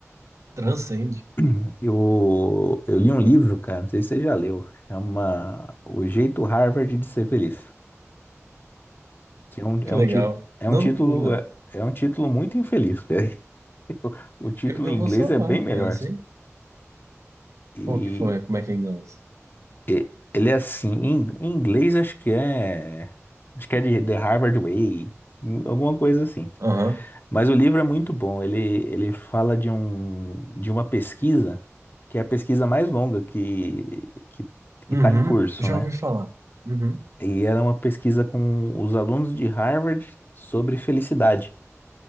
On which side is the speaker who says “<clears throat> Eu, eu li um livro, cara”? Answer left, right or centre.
Left